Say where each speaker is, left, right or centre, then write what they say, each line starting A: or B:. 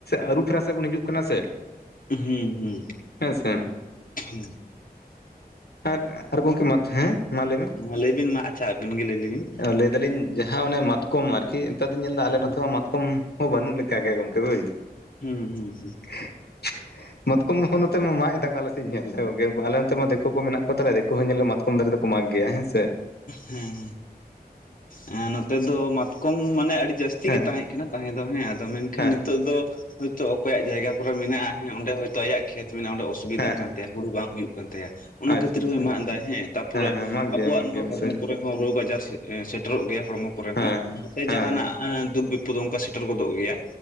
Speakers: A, on the left; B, on the left.
A: ᱟᱹᱨᱩ ᱯᱷᱮᱨᱟ ᱥᱮᱡ ᱵᱚᱱ ᱦᱤᱡᱩᱜ ᱠᱟᱱᱟ ᱥᱮ᱾
B: ᱦᱩᱸ ᱦᱩᱸ
A: ᱦᱮᱸ ᱥᱮ
B: ᱦᱩᱸ,
A: <inaudible> ᱟᱨ ᱟᱨ ᱜᱚᱢᱠᱮ ᱢᱟᱛ ᱦᱮᱸ ᱢᱟ ᱞᱟᱹᱭ ᱢᱮ᱾
B: ᱢᱟ ᱞᱟᱹᱭ ᱵᱤᱱ ᱢᱟ ᱟᱪᱪᱷᱟ ᱟᱹᱵᱤᱱ ᱜᱮ ᱞᱟᱹᱭ ᱞᱮᱵᱤᱱ
A: ᱞᱟᱹᱭ ᱫᱟᱞᱤᱧ ᱡᱟᱦᱟᱸ ᱚᱱᱮ ᱢᱟᱛ- ᱠᱚᱢ ᱟᱨᱠᱤ ᱱᱮᱛᱟᱨ ᱫᱩᱧ ᱧᱮᱞ ᱫᱟ ᱟᱞᱮ
B: ᱦᱩᱸ
A: ᱱᱚᱛᱮ ᱦᱚᱸ ᱢᱟᱛᱠᱚᱢ ᱦᱚᱸ ᱵᱟᱹᱱᱩᱜ ᱞᱮᱠᱟ ᱜᱮ ᱜᱚᱝᱠᱮ ᱵᱩᱡᱽ ᱫᱟᱵᱤᱱ
B: ᱦᱩᱸ ᱦᱩᱸ ᱦᱮᱸ
A: ᱢᱟᱛᱠᱚᱢ ᱦᱚᱸ ᱱᱚᱛᱮ ᱢᱟᱜ ᱮᱫᱟ ᱠᱚ ᱟᱞᱮ ᱥᱮᱡ ᱧᱮᱞ ᱛᱮ ᱜᱚᱝᱠᱮ ᱟᱞᱮ ᱱᱚᱱᱛᱮ ᱢᱟ ᱫᱤᱠᱩ ᱠᱚ ᱢᱮᱱᱟᱜ ᱠᱚᱛᱟᱞᱮ ᱫᱤᱠᱩ ᱦᱚᱸ ᱧᱮᱞ ᱢᱮ ᱢᱟᱛ ᱠᱚᱢ ᱫᱟᱨᱮ ᱫᱚ ᱠᱚ ᱢᱟᱜ ᱜᱮᱭᱟ ᱦᱮᱸ ᱥᱮ,
B: ᱦᱮᱸ, ᱦᱮᱸ, ᱱᱚᱛᱮ ᱫᱚ ᱢᱟᱛᱠᱚᱢ ᱢᱟᱱᱮ ᱟᱹᱰᱤ ᱡᱟᱹᱥᱛᱤ
A: ᱦᱮᱸ
B: ᱜᱮ ᱛᱟᱦᱮᱸᱫ ᱠᱟᱱᱟ᱾ ᱛᱟᱦᱮᱸ ᱫᱚ ᱦᱮᱸ ᱟᱫᱚ ᱢᱮᱱᱠᱷᱟᱱ
A: ᱦᱮᱸ
B: ᱱᱤᱛᱚᱜ ᱫᱚ ᱦᱳᱭᱛᱳ ᱚᱠᱚᱭᱟᱜ ᱡᱟᱭᱜᱟ ᱠᱚᱨᱮ ᱢᱮᱱᱟᱜᱼᱟ ᱦᱮᱸ ᱚᱸᱰᱮ ᱦᱳᱭᱛᱳ ᱟᱭᱟᱜ ᱠᱷᱮᱛ ᱢᱮᱱᱟᱜᱼᱟ ᱚᱸᱰᱮ ᱚᱥᱩᱵᱤᱫᱷᱟᱜ
A: ᱦᱮᱸ ᱦᱮᱸ
B: ᱠᱟᱱ ᱛᱟᱭᱟ᱾ ᱦᱩᱲᱩ ᱵᱟᱝ ᱦᱩᱭᱩᱜ ᱠᱟᱱ ᱛᱟᱭᱟ ᱚᱱᱟ
A: ᱟᱪᱪᱷᱟ
B: ᱠᱷᱟᱹᱛᱤᱨ
A: ᱟᱪᱪᱷᱟ
B: ᱦᱳᱭ ᱢᱟᱜ ᱫᱟᱭ ᱦᱮᱸ, ᱛᱟᱯᱚᱨᱮ
A: ᱦᱮᱸ ᱢᱟᱜᱽ ᱜᱮᱭᱟ
B: ᱟᱵᱚᱣᱟᱜ
A: ᱢᱟᱜᱽ
B: ᱱᱚᱣᱟ
A: ᱜᱮᱭᱟ ᱚᱵᱚᱥᱥᱳᱭ
B: ᱦᱚᱲᱢᱚ ᱠᱚᱨᱮ ᱦᱚᱸ ᱨᱳᱜᱽ ᱟᱡᱟᱨ ᱥᱮ ᱥᱮᱴᱮᱨᱚᱜ ᱜᱮᱭᱟ ᱦᱚᱲᱢᱚ ᱠᱚᱨᱮ ᱦᱚᱸ
A: ᱦᱮᱸ ᱦᱮᱸ
B: ᱥᱮ
A: ᱦᱮᱸ
B: ᱡᱟᱦᱟᱸᱱᱟᱜ
A: ᱦᱮᱸ
B: ᱮᱸ ᱫᱩᱠ ᱵᱤᱯᱚᱫ ᱚᱱᱠᱟ ᱥᱮᱴᱮᱨ ᱜᱚᱫᱚᱜ ᱜᱮᱭᱟ,